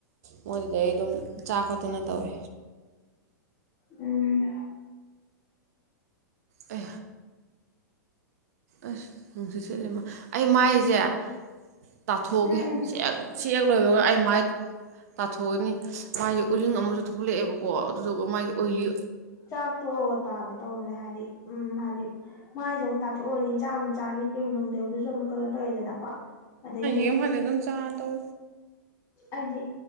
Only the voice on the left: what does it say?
ꯎꯝ
ꯎꯝ
ꯆꯥꯛꯇꯣꯛꯑ ꯇꯥꯒꯦ ꯇꯧꯕꯅꯦ ꯍꯥꯏꯗꯤ ꯎꯝ ꯍꯥꯏꯗꯤ ꯃꯥꯏꯁ ꯑꯃꯨꯛ ꯇꯥꯊꯣꯛꯎꯅꯤ ꯆꯥꯃ ꯆꯔꯅꯤ ꯀꯔꯤꯝ ꯅꯨꯡ ꯇꯕꯗꯨꯁꯨ ꯑꯃꯨꯛ ꯀꯩꯅ ꯇꯧꯋꯦꯗꯅꯀꯣ ꯑꯗꯩ ꯑꯃꯨꯛ
ꯑꯩꯗꯤ